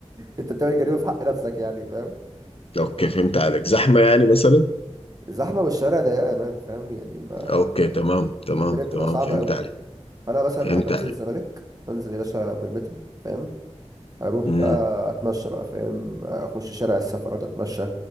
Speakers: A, on the right; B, on the left.
A: انت بتعمل جريمه في حق نفسك يعني فاهم
B: اوكي فهمت عليك زحمة يعني مثلا
A: الزحمه والشوارع ضيقه يا مان فاهم يعني ما
B: اوكي تمام تمام
A: الدنيا
B: تمام
A: بتبقى صعبه
B: فهمت
A: قوي
B: عليك
A: فانا مثلا
B: فهمت
A: بحب انزل
B: عليك
A: الزمالك انزل يا باشا بالمترو فاهم اروح
B: امم
A: بقى اتمشى بقى فاهم اخش شارع السفرات اتمشى